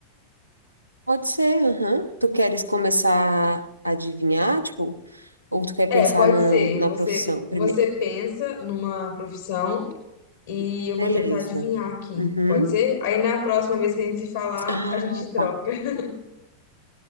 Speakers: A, on the right; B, on the left.
A: Pode ser, aham. Tu queres começar a adivinhar, tipo, ou tu quer
B: É,
A: pensar
B: pode
A: no,
B: ser.
A: na
B: Você,
A: profissão primeiro?
B: você pensa numa profissão e eu
A: Beleza.
B: vou tentar adivinhar aqui.
A: Uhum.
B: Pode ser? Aí na próxima vez que a gente se falar,
A: Ah,
B: a gente troca.
A: tá.
B: <laughs>